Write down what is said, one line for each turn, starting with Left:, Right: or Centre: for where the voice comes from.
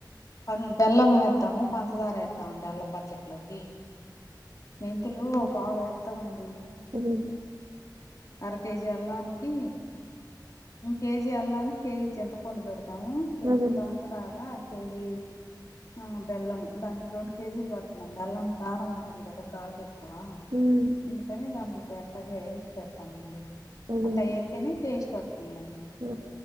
Left: ప బెల్లం ఏతము పంచదార ఏతమ అండి అల్ల పచ్చట్లోకి మెంతులు పావేత్తామండి
Right: ఉమ్
Left: అర కేజీ అల్లానికి కేజీ అల్లానికి కేజీ చింతపండు పెడు తం కేజి
Right: అదే
Left: పంచదార కేజీ ఆ బెల్లం దానికి రెండు కేజీలు పడుతుందండి బెల్లం కారం ఉంటుంది కదా ఘాటె ఏకువా
Right: మ్మ్.
Left: అందుకని దాన్లకి అట్టగే పెడతామండి
Right: అదేనండి
Left: అట్ట చేతేనే టేస్ట్ వస్తుందండి
Right: ఆ,